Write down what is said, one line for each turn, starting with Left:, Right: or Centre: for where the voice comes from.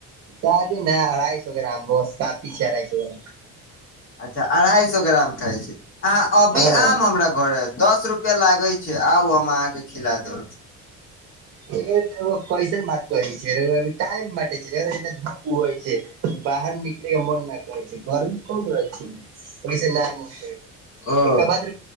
Right: ताजी नय अढ़ाइ सए गैराम बस काफी छै अढ़ाइ सएै
Left: अच्छा अढ़ाई सए ग्राम खाइ छी अहाँ अभी
Right: हँ
Left: आम हमरा घर दस रुपमे रुपे लागै छय आउ हम अहाँके खिला दे
Right: ए तऽ क्वइसन मात कहै छय टाइम छय झ छै बाहर निकले के मन न करै छै गर्मी कम रहै छै ओहिस नय मन कर छै
Left: ओ
Right: एका बाद